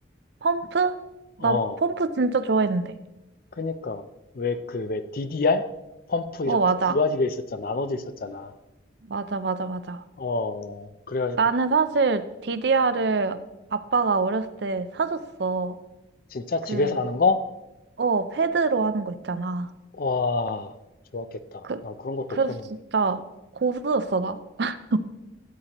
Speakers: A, on the right; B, on the left.
A: 펌프?
B: 어,
A: 나 펌프 진짜 좋아했는데.
B: 그니까 왜 그 왜 DDR 펌프
A: 어,
B: 이렇게
A: 맞아.
B: 두 가지가 있었잖아, 나눠져 있었잖아.
A: 맞아, 맞아, 맞아.
B: 어, 그래가지고
A: 나는 사실 DDR을 아빠가 어렸을 때 사줬어.
B: 진짜
A: 그,
B: 집에서 하는 거?
A: 어, 패드로 하는 거 있잖아.
B: 와, 좋았겠다.
A: 그,
B: 난 그런 것도
A: 그래서
B: 없었는데.
A: 진짜 고수였어, 나. <laughs>